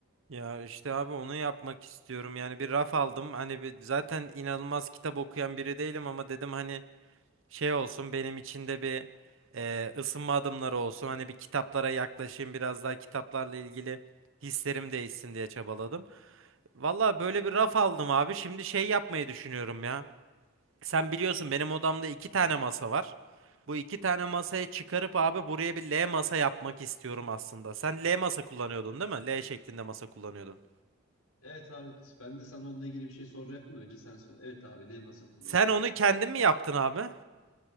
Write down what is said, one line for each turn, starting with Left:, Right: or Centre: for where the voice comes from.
Right: Ya işte abi onu yapmak istiyorum. Yani bir raf aldım. Hani bir, zaten inanılmaz kitap okuyan biri değilim ama dedim hani şey olsun benim içinde bir e, ısınma adımları olsun. Hani bir kitaplara yaklaşayım biraz daha kitaplarla ilgili hislerim değişsin diye çabaladım. Valla böyle bir raf aldım abi. Şimdi şey yapmayı düşünüyorum ya. Sen biliyorsun benim odamda iki tane masa var. Bu iki tane masayı çıkarıp abi buraya bir L masa yapmak istiyorum aslında. Sen L masa kullanıyordun değil mi? L şeklinde masa kullanıyordun.
Left: Evet abi ben de sana onunla ilgili bir şey soracaktım. da Önce sen sor. Evet abi L masa kullanıyorum.
Right: Sen onu kendin mi yaptın abi?